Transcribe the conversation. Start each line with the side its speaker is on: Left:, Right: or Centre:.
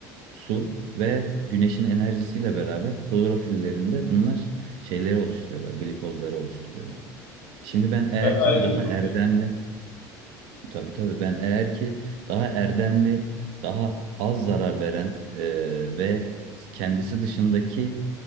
Right: su ve güneşin enerjisiyle beraber klorofillerinde bunlar şeyleri oluşturuyorlar, glikozları oluşturuyorlar. Şimdi ben eğer
Left: Tabii ayrı
Right: ki bir daha
Left: bir grup
Right: erdemli Tabii tabii ben eğer ki daha erdemli, daha az zarar veren e, ve kendisi dışındaki